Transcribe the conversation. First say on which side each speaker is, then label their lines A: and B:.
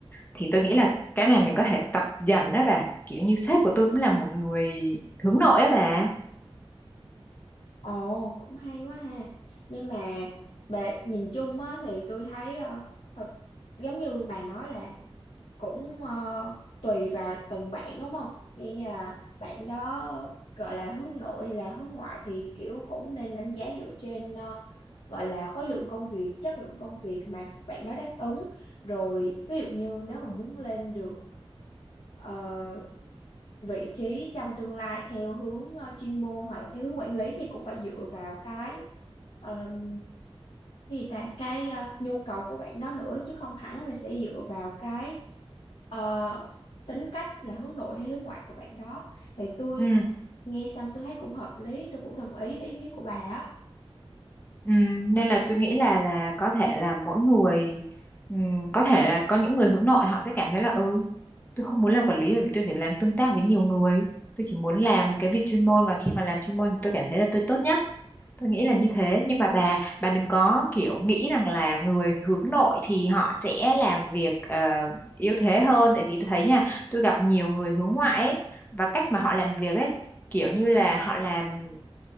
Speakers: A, on the left; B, on the left.
A: thì tôi nghĩ là cái này mình có thể tập dần đó bà kiểu như sếp của tôi cũng là một người hướng nội á bà
B: Ồ, cũng hay quá ha. Nhưng mà bà nhìn chung á thì tôi thấy ờ, thật, giống như bà nói là cũng ờ, tùy vào từng bạn đúng không? Như như là bạn đó gọi là hướng nội hay là hướng ngoại thì kiểu cũng nên đánh giá dựa trên ờ, gọi là khối lượng công việc, chất lượng công việc mà bạn đó đáp ứng. Rồi ví dụ như nếu mà muốn lên được uh, vị trí trong tương lai theo hướng ờ, chuyên môn hoặc là theo hướng quản lý thì cũng phải dựa vào cái ờm, cái gì ta cái ờ, nhu cầu của bạn đó nữa chứ không hẳn là sẽ dựa vào cái ờ, tính cách là hướng nội hay hướng ngoại của bạn đó thì tôi
A: ừ
B: thật nghe xong tôi thấy cũng hợp lý tôi cũng đồng ý với ý kiến của bà á
A: Ừm, nên là tôi nghĩ là là có thể là mỗi người ừm, có thể là có những người hướng nội họ sẽ cảm thấy là ừ tôi không muốn làm quản lý bởi vì tôi phải làm tương tác với nhiều người tôi chỉ muốn làm cái việc chuyên môn và khi mà làm chuyên môn thì tôi cảm thấy là tôi tốt nhất tôi nghĩ
B: Ừ.
A: là như thế nhưng mà bà bà đừng có kiểu nghĩ rằng là người hướng nội thì họ sẽ làm việc ờ, yếu thế hơn tại vì tôi thấy nha tôi gặp nhiều người hướng ngoại ấy, và cách mà họ làm việc ấy kiểu như là họ làm